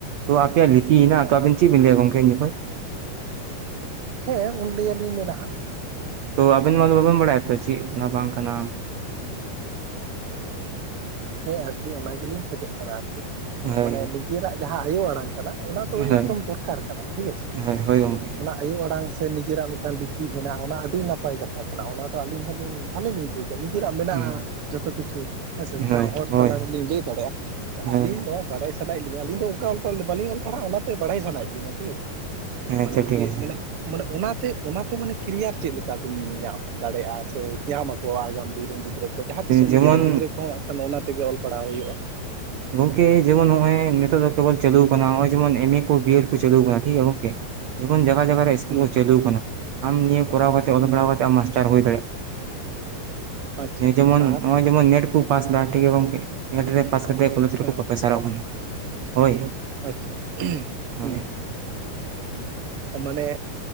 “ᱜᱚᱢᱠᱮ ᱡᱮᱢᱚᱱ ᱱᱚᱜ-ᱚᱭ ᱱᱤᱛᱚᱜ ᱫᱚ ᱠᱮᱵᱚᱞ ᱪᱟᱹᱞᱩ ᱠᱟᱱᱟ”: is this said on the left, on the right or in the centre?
Right